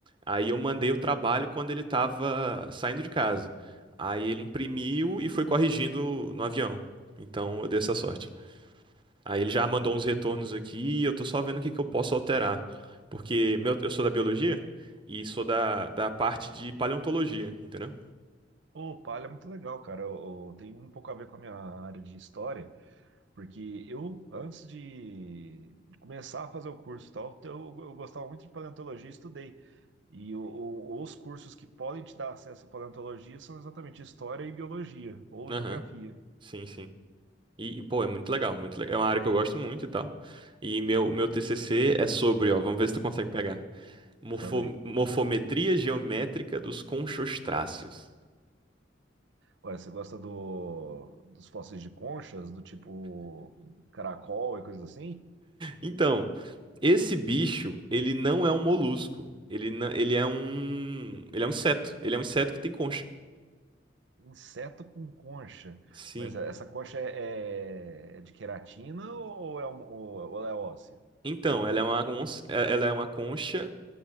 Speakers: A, on the right; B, on the right.
A: Aí eu mandei o trabalho quando ele tava saindo de casa. Aí ele imprimiu e foi corrigindo no avião. Então eu dei essa sorte. Aí ele já mandou uns retornos aqui, e eu tô só vendo o que que eu posso alterar. Porque meu, eu sou da biologia e sou da, da parte de paleontologia, entendeu?
B: Pô, palha é muito legal, cara. Eu, eu- tem um pouco a ver com a minha área de história. Porque eu, antes de, de começar a fazer o curso e tal, então eu, eu gostava muito de paleontologia e estudei. E o- o- os cursos que podem te dar acesso à paleontologia são exatamente história e biologia, ou
A: Aham.
B: geografia.
A: Sim, sim. E, pô, é muito legal, muito legal. É uma área que eu gosto muito e tal. E meu, meu TCC é sobre, ó, vamos ver se tu consegue pegar. Morfo-
B: Manda aí.
A: morfometria geométrica dos conchostráceos.
B: Olha, você gosta do, dos fósseis de conchas, do tipo caracol e coisas assim?
A: Então, esse bicho, ele não é um molusco. Ele, não, ele é um, ele é um inseto. Ele é um inseto que tem concha.
B: Inseto com concha.
A: Sim.
B: Mas essa concha é, é é de queratina ou é, um- ou ou ela é óssea?
A: Então, ela é uma, cons- é- ela é uma concha